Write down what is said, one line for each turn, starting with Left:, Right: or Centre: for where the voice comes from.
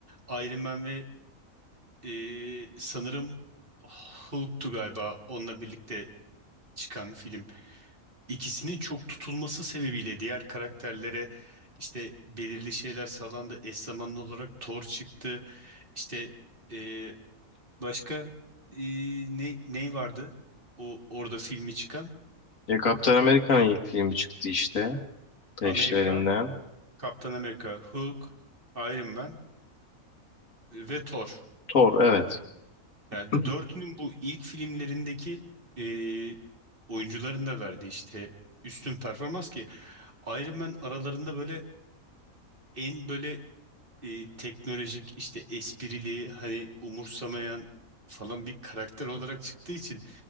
Right: Iron Man ve e, sanırım Hulk'tu galiba onunla birlikte çıkan film. İkisinin çok tutulması sebebiyle diğer karakterlere işte belirli şeyler sağlandı. Eş zamanlı olarak Thor çıktı. İşte e, başka e, ne ne vardı? O orada filmi çıkan
Left: Ya Kaptan Amerika'nın
Right: Hulk,
Left: ilk filmi çıktı işte peşlerinden.
Right: Amerika, Kaptan Amerika, Hulk, Iron Man ve Thor.
Left: Thor evet.
Right: Yani
Left: <clears throat>
Right: dördünün bu ilk filmlerindeki e, oyuncuların da verdiği işte üstün performans ki Iron Man aralarında böyle en böyle e, teknolojik işte esprili hani umursamayan falan bir karakter olarak çıktığı için